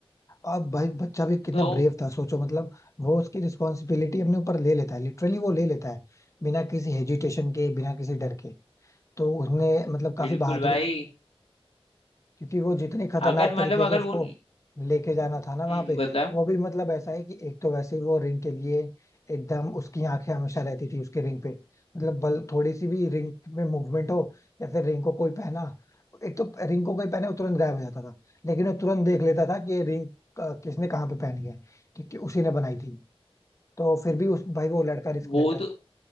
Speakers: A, on the left; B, on the left.
A: अब भाई बच्चा भी कितना
B: तो
A: ब्रेव था सोचो मतलब वो उसकी रिस्पॉन्सिबिलिटी अपने ऊपर ले लेता है लिटरली वो ले लेता है बिना किसी हेजिटेशन के बिना किसी डर के तो उसने मतलब काफी
B: बिल्कुल
A: बहादुरी
B: भाई
A: भी क्योंकि वो जितने खतरनाक
B: अगर
A: तरीके
B: मतलब
A: से
B: अगर
A: उसको
B: वो
A: लेके जाना था ना वहां
B: हम्म
A: पे
B: बताओ
A: वो भी मतलब ऐसा है कि एक तो वैसे ही वो रिंग के लिए एकदम उसकी आंखें हमेशा रहती थी उसके रिंग पे मतलब बल थोड़ी सी भी रिंग में मूवमेंट हो या फिर रिंग को कोई पहना एक तो रिंग को कोई पहने वो तुरंत गायब हो जाता था लेकिन वो तुरंत देख लेता था कि ये रिंग किसने कहाँ पे पहनी है क्योंकि उसी ने बनाई थी तो फिर भी उस भाई वो लड़का रिस्क
B: वो
A: लेता
B: तो
A: है